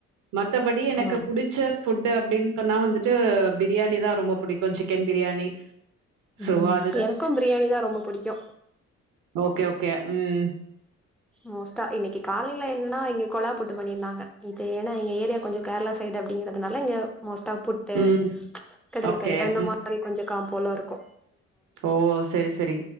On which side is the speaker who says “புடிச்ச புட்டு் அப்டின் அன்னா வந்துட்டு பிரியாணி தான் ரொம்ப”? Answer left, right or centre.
Right